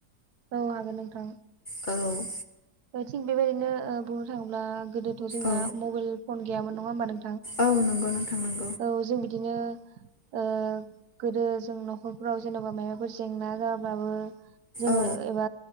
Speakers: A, on the right; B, on the left.
A: औ हागोन नोंथां
B: औ
A: ओ थिग बेबायदिनो ओ बुंनो थाङोब्ला गोदोथ' जोंना
B: औ
A: मबाइल फन गैयामोन नङा होनबा नों
B: औ नंगौ नोंथां नंगौ
A: औ जों बिदिनो ओ गोदो जों न'खरफ्राव जेन'बा मायबाफोर जेंना जाबाबो जोङो
B: औ
A: एबा